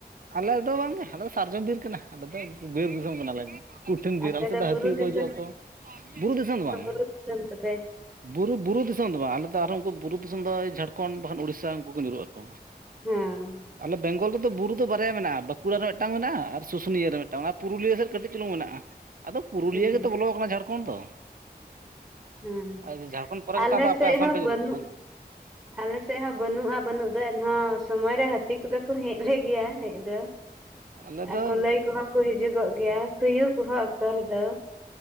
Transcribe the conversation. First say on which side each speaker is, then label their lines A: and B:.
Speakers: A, on the right; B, on the right.
A: ᱟᱞᱮ ᱫᱚ ᱵᱟᱝ ᱜᱮ ᱟᱞᱮ ᱫᱚ ᱥᱟᱨᱡᱚᱢ ᱵᱤᱨ ᱠᱟᱱᱟ ᱟᱞᱮ ᱫᱚ ᱵᱤᱨ ᱫᱤᱥᱚᱢ ᱠᱟᱱᱟ ᱞᱮ ᱠᱩᱴᱷᱤᱱ ᱵᱤᱨ
B: ᱟᱯᱮ
A: ᱟᱞᱮ ᱥᱮᱫ ᱫᱚ
B: ᱵᱩᱨᱩ
A: ᱦᱟᱹᱛᱤ ᱦᱚᱸ ᱠᱚ
B: ᱫᱤᱥᱚᱢ
A: ᱦᱤᱡᱩᱜ ᱟᱠᱚ ᱵᱩᱨᱩ ᱫᱤᱥᱚᱢ ᱫᱚ ᱵᱟᱝ
B: ᱵᱩᱨᱩ ᱫᱤᱥᱚᱢ ᱛᱟᱯᱮ
A: ᱵᱩᱨᱩ ᱵᱩᱨᱩ ᱫᱤᱥᱚᱢ ᱫᱚ ᱵᱟᱝ ᱟᱞᱮ ᱫᱚ ᱟᱨᱦᱚᱸ ᱩᱱᱠᱩ ᱵᱩᱨᱩ ᱫᱤᱥᱚᱢ ᱫᱚ ᱡᱷᱟᱲᱠᱷᱚᱱᱰ ᱵᱟᱠᱷᱟᱱ ᱩᱲᱤᱥᱥᱟ ᱩᱱᱠᱩ ᱠᱚ ᱧᱩᱨᱩᱜ ᱟᱠᱚ
B: ᱦᱚᱸ
A: ᱟᱞᱮ ᱵᱮᱝᱜᱚᱞ ᱨᱮᱫᱚ ᱵᱩᱨᱩ ᱫᱚ ᱵᱟᱨᱭᱟ ᱢᱮᱱᱟᱜᱼᱟ ᱵᱟᱸᱠᱩᱲᱟ ᱨᱮ ᱢᱤᱫᱴᱟᱝ ᱢᱮᱱᱟᱜ-ᱟ ᱟᱨ ᱥᱩᱥᱩᱱᱤᱭᱟᱹ ᱨᱮ ᱢᱤᱫᱴᱟᱝ ᱢᱮᱱᱟᱜ-ᱟ ᱚᱱᱟ ᱯᱩᱨᱩᱞᱤᱭᱟᱹ ᱥᱮᱫ ᱠᱟᱹᱴᱤᱡ ᱪᱩᱞᱩᱝ ᱢᱮᱱᱟᱜ-ᱟ ᱟᱫᱚ ᱯᱩᱨᱩᱞᱤᱭᱟᱹ
B: ᱦᱮᱸ
A: ᱜᱮᱛᱚ ᱵᱚᱞᱚ ᱟᱠᱟᱱᱟ ᱡᱷᱟᱲᱠᱷᱚᱱᱰ ᱫᱚ
B: ᱦᱮᱸ
A: ᱟᱨ ᱡᱷᱟᱲᱠᱷᱚᱸᱰ ᱯᱚᱨᱮ ᱜᱮᱛᱚ
B: ᱟᱞᱮ
A: ᱟᱫᱚ ᱟᱯᱮ
B: ᱥᱮᱡ
A: ᱟᱥᱟᱢ
B: ᱦᱚᱸ
A: ᱯᱮ ᱧᱩᱨᱩᱜ
B: ᱵᱟᱹᱱᱩᱜ
A: <inaudible>
B: ᱟᱞᱮ ᱥᱮᱡ ᱦᱚᱸ ᱵᱟᱹᱱᱩᱜ-ᱟ ᱵᱟᱹᱱᱩᱜ ᱫᱚ ᱮᱱᱦᱚᱸ ᱥᱚᱢᱚᱭ ᱨᱮ ᱦᱟᱹᱛᱤ ᱠᱚᱫᱚ ᱠᱚ ᱦᱮᱡ ᱞᱮ ᱜᱮᱭᱟ ᱦᱮᱡ ᱫᱚ
A: ᱟᱞᱮ ᱫᱚ
B: ᱠᱩᱞᱟᱹᱭ ᱠᱚᱦᱚᱸ ᱠᱚ ᱦᱤᱡᱩᱜᱚᱜ ᱜᱮᱭᱟ ᱛᱩᱭᱩ ᱠᱚᱦᱚᱸ ᱚᱠᱛᱚ ᱨᱮᱫᱚ